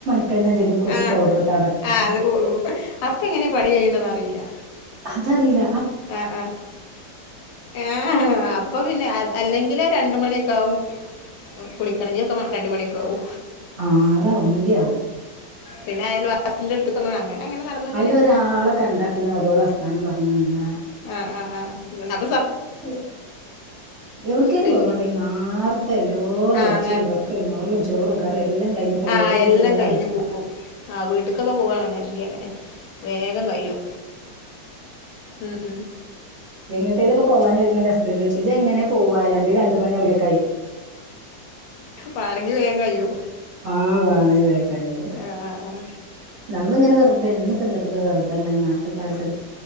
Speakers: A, on the right; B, on the left.
A: ന്നെ തിരുമ്പി കുള്ച്ച്
B: ആഹ്
A: പൗഡർ ഇട്ടവടക്ക
B: ആഹ് അത് പോകും അപ്പ എങ്ങനെ പണി കഴിയണന്ന് അറിയില്ല
A: അതറീല
B: ആഹ്. എ. ആഹ്. അപ്പൊ പിന്നെ അ അല്ലെങ്കിൽ ലേ. രണ്ട് മണിയൊക്ക ആവു കുളിക്കണങ്കിൽ ഒക്കെ രണ്ട് മണിയൊക്കെ ആവു
A: ആ അതാവും ഇന്റെയാവും
B: പിന്നെ അയൽവാസിന്റെടുത്ത്ക് ഒന്ന് അങ്ങനെ അങ്ങനെ നടന്നിങ്ങനെ
A: അയിലൊ ഓയാളെ കണ്ട പിന്നെ ഓരോട് വർത്താനം പറഞ്ഞു നിന്ന
B: ആ ആ ആ <unintelligible>
A: അ എവ്ട്കേല്
B: പിന്നെ
A: പോവാണ്ടെങ്കി നാർ ത്ത എല്ലാതു.
B: ആഹ്
A: അടിച്ചലും. തൊടക്കലും മോറലും ചോറും കറിയും എല്ലാം കഴിഞ്ഞ് പൗഡറും
B: ആന്, എല്ലോം
A: ഇട്ട്ങ്ങാണ്ട്
B: കഴിഞ്ഞ്
A: അവിടെ ഇരിക്കാ
B: പോവും ആഹ് വീട്ടികൊക്കെ. പോവാണങ്ങെ എൻകെ നെ വേഗം കയ്യും. ഉം
A: എങ്ങട്ടേലക്കെ പോവാനൊരുങ്ങന്റെ. ഹസ്ബൻറ്. പോയിച്ചു എങ്ങനെ പോവാ അന്റെ രണ്ട്.. മണിവുലെ
B: വാണങ്കി വേകൈയു
A: ആഹ് വാണങ്കി. വേക്കയ്യും
B: ആഹ് ആഹ് ആഹ്
A: നമ്മളിങ്ങനെ വെറുതെ. എന്ന് പ്പത് <unintelligible> എപ്പോത്തെ വെറുതെങ്ങനെ. നാർത്തെ കാലത്തെ